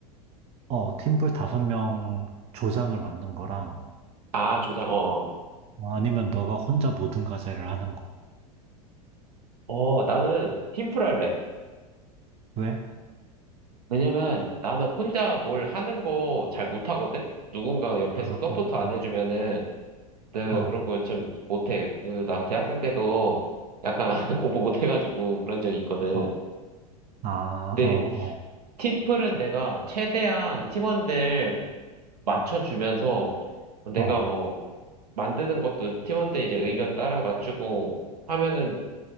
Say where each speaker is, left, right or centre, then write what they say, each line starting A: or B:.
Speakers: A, on the right; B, on the right.
A: 어, 팀플 다섯 명 조장을 맡는 거랑,
B: 아, 조장, 어,
A: 어, 아니면 너가 혼자 모든 과제를 하는 거.
B: 어, 어, 나는 팀플 할래.
A: 왜?
B: 왜냐면 나는 혼자 뭘 하는 거 잘 못하거든? 누군가 옆에서
A: 아,
B: 서포트 안
A: 어,
B: 해주면은 내가
A: 어, 어,
B: 그런 거 좀 못해. 그, 나 대학생 때도 약간 <laughs> 공부 못해가지고 그런 적이 있거든.
A: 어, 아,
B: 근데
A: 어,
B: 팀플은 내가 최대한 팀원들 맞춰주면서 내가
A: 어, 어.
B: 뭐 만드는 것도 팀원들 이제 의견 따라 맞추고 하면은